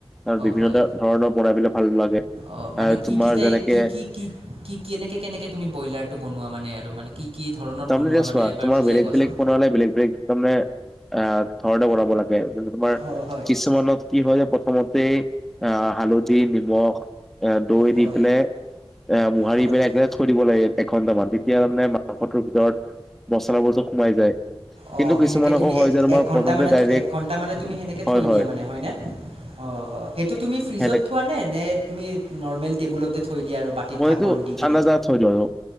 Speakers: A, in the centre; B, on the right.
A: আৰু বিভিন্নটা-
B: হয়
A: ধৰণৰ বনাই পেলাই ভাল লাগে।
B: অঁ মানে
A: আৰু
B: কি
A: তোমাৰ
B: কি টাই
A: যেনেকে
B: কি কি কি কি কেনেকে, কেনেকে তুমি ব্ৰইলাৰটো বনোৱা মানে আৰু মানে কি কি ধৰণত
A: তাৰমানে
B: বনোৱা মানে
A: ছোৱা
B: এবাৰ
A: তোমাৰ
B: বুজাই
A: বেলেগ
B: কোৱাচোন।
A: বেলেগ প্ৰণালীৰে বেলেগ বেলেগ তাৰমানে আ ঘৰতে বনাব লাগে যেনে তোমাৰ
B: অ', হয়,
A: কিছুমানত কি হয় যে, প্ৰথমতে আ হালধি, নিমখ, এ দৈ
B: হয়,
A: দি পেলাই, এ মোহাৰি
B: হয়।
A: পেলাই একে থৈ দিব লাগে এঘন্টামান, তেতিয়া তাৰমানে মাংসটোৰ ভিতৰত মছলাবোৰ চব সোমাই যায়।
B: অ
A: কিন্তু
B: সেনেকে
A: কিছুমান
B: তুমি
A: আকৌ হয় যে তোমাৰ
B: এক ঘণ্টা
A: প্ৰথমতে
B: মানে,
A: ডাইৰেক্ট
B: এক ঘণ্টা মানে তুমি সেনেকে
A: হয়
B: থৈ
A: হয়
B: দিয়া মানে, হয়নে? অ হয় সেইটো তুমি ফ্ৰিজত
A: সেনে
B: থোৱা নে? নে তুমি নৰ্মেল টেবুলতে থৈ দিয়া আৰু বা <unintelligible> টিত
A: মইতো
B: ঢাকন দি কিনে,
A: ঠাণ্ডা জাগাত থৈ দিওঁ আৰু